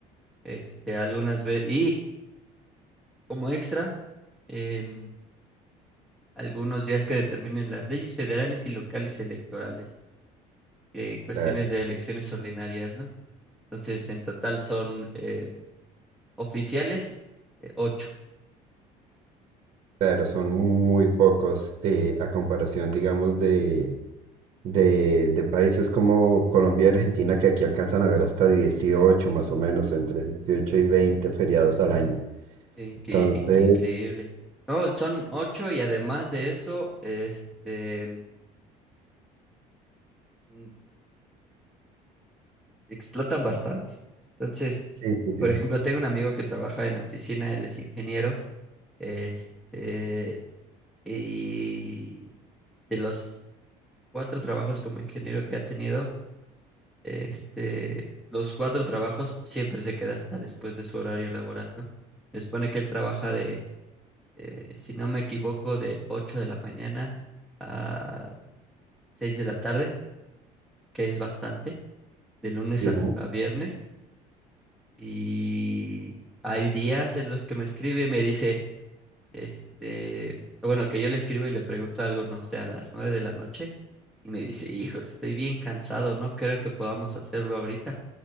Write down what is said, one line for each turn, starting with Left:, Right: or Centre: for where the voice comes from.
Centre: este algunas veces y como extra. em, algunos días que determinen las leyes federales y locales electorales, eh, en cuestiones
Right: cla-
Centre: de elecciones ordinarias, ¿no? Entonces, en total son eh, oficiales eh, ocho.
Right: claro, son muy pocos eh, a comparación, digamos, de, de, de países como Colombia y Argentina, que aquí alcanzan a ver hasta 18 más o menos,
Centre: Mm.
Right: entre 18 y 20 feriados al año.
Centre: Qué,
Right: Entonces,
Centre: qué- in- qué increíble. No, son ocho y además de eso, este, mm, explotan bastante. Entonces,
Right: sí, sí,
Centre: por
Right: sí,
Centre: ejemplo, tengo un amigo que trabaja en oficina, él es ingeniero, este, y de los cuatro trabajos como ingeniero que ha tenido, Este, los cuatro trabajos siempre se queda hasta después de su horario laboral, ¿no? Se supone que él trabaja de, eh, si no me equivoco, de 8 de la mañana a 6 de la tarde, que es bastante, de lunes
Right: sí,
Centre: a,
Right: es mu-
Centre: a viernes. Y hay días en los que me escribe y me dice, este, bueno, que yo le escribo y le pregunto algo, no sé, a las 9 de la noche. Y me dice, híjole, estoy bien cansado, no creo que podamos hacerlo ahorita.